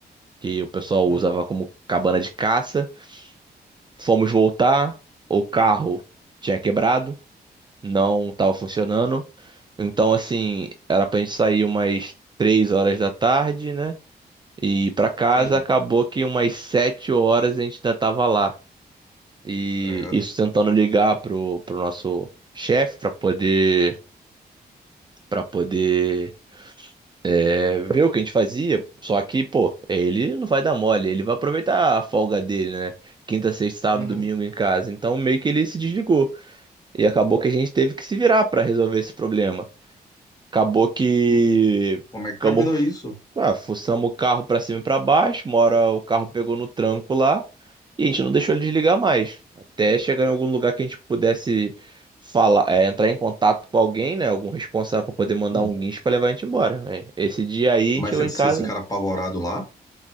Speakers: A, on the right (about 25°); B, on the left (about 20°).
A: que o pessoal
B: Hum.
A: usava como cabana de caça. Fomos voltar, o carro tinha quebrado, não estava funcionando. Então, assim, era pra gente sair umas três horas da tarde, né? E ir pra casa,
B: Sim,
A: acabou que umas sete horas a gente ainda tava lá. E
B: credo.
A: isso tentando ligar pro, pro nosso chefe para poder para poder é, ver o que a gente fazia. Só que, pô, ele não vai dar mole, ele vai aproveitar a folga dele, né? Quinta, sexta, sábado,
B: Uhum.
A: domingo em casa. Então meio que ele se desligou. E acabou que a gente teve que se virar para resolver esse problema. Acabou que
B: Hum. Como é
A: ficamos,
B: que terminou isso?
A: ah, fuçamos o carro pra cima e pra baixo, uma hora o carro pegou no tranco lá e a gente não deixou ele desligar mais. Até chegar em algum lugar que a gente pudesse falar, é, entrar em contato com alguém, né? Algum responsável pra poder mandar
B: Hum.
A: um guincho pra levar a gente embora. né. Esse dia aí a
B: Mas
A: gente chegou
B: vocês
A: em casa.
B: vocês ficaram apavorados lá?